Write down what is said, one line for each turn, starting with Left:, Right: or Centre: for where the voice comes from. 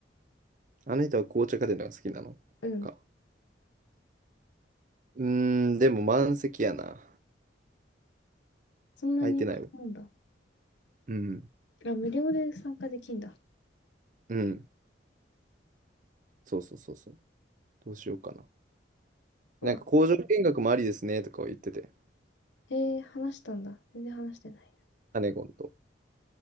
Right: あの人は紅茶家電のが好きなのか。
Left: うん。
Right: うーん、でも満席やな。
Left: そんなに気なんだ。
Right: 空いてないわ。うん。
Left: あ、無料で参加できんだ。
Right: うん。そうそうそうそう。どうしようかな。
Left: うわ、
Right: なんか工場見学もありですねとかを言ってて。
Left: へえ、話したんだ。全然話してないや。
Right: カネゴンと